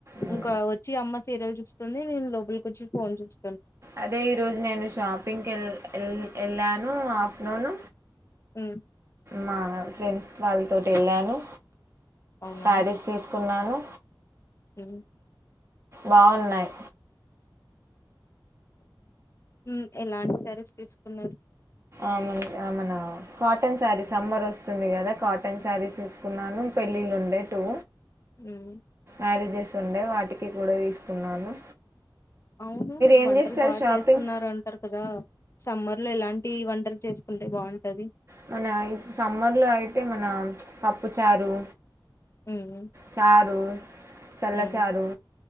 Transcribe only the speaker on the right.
ఉమ్.
అదే ఈ రోజు నేను షాప్ పింక్ ఎల్ ఎల్ ఏళ్ళాను ఆఫ్టర్నూన్
మా ఫ్రెండ్స్ వాళ్ళతోటి ఏళ్ళాను
శారీస్ తీసుకున్నాను
బాగున్నాయి
ఆమెన్ ఆమెనా కాటన్ శారీసమ్మర్ వస్తుంది కదా కాటన్ శారీస్స్ కున్నాను పెళ్ళిళ్ళు ఉండే టూ
మ్యారేజెస్ ఉండే వాటికి కూడా తీసుకున్నాను.
ఏం
చేస్తారు
షాపింగ్
మన ఇ సమ్మర్ లో అయితే మన ప ప్పుచారు
చారు చల్లచారు